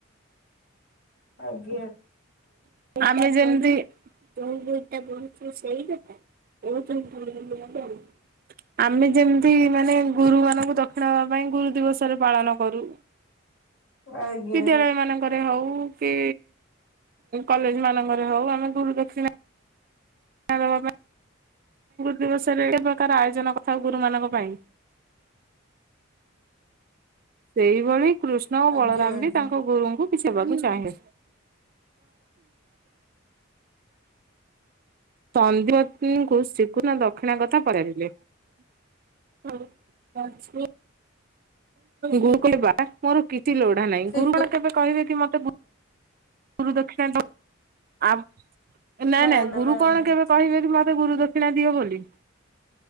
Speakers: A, on the left; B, on the right.
A: ଆଜ୍ଞା ଆଜ୍ଞା
B: ଆମେ ଯେମିତି ଜଉୁ <unintelligible> ଟା ବହୁଛ ସେଇ କଥା। <unintelligible> ଆମେ ଯେମିତି ମାନେ ଗୁରୁ ମାନଙ୍କୁ ଦକ୍ଷିଣା ହବା ପାଇଁ ଗୁରୁ ଦିବସରେ ପାଳନ କରୁ।
A: ଆଜ୍ଞା
B: ବିଦ୍ୟାଳୟମାନଙ୍କରେ
A: ଆଜ୍ଞା
B: ହଉ। କି କଲେଜ ମାନଙ୍କରେ ହଉ ଆମେ ଗୁରୁ ଦକ୍ଷିଣା <unintelligible> ଦିବସରେ ପ୍ରକାର ଆୟୋଜନ ଥାଉ ଗୁରୁମାନଙ୍କ ପାଇଁ ସେଇଭଳି କୃଷ୍ଣ ଓ
A: ଆଜ୍ଞା
B: ବଳରାମ
A: ଆଜ୍ଞା।
B: ବି ତାଙ୍କ ଗୁରୁଙ୍କୁ କିଛ ବାକୁୁ ଚାହେଁ। ତନ୍ଦିବନୀଙ୍କୁ ଶ୍ରୀ କୃଷ୍ଣ ଦକ୍ଷିଣା କଥା ପଡେଇଥିଲେ। ହଁ, ଲକ୍ସ୍ମୀ। ଗୁରୁକୁଲ ବା ମୋର କିଛି ଲୋଢା ନାହିଁ,
A: ଶ୍ରୀକୃଷ୍ଣ
B: ଗୁରୁ କଣ କେବେ କହିବେକି ମତେ ଗୁରୁଦଖୀ <unintelligible> ଆ ନାଇଁ
A: ନା
B: ନାଇଁ
A: ନା
B: ଗୁରୁ
A: ନା
B: କଣ
A: ନା
B: କେବେ କହିବେ କି ମତେ ତେ ଗୁରୁ ଦକ୍ଷିଣା ଦିଅ ବୋଲି।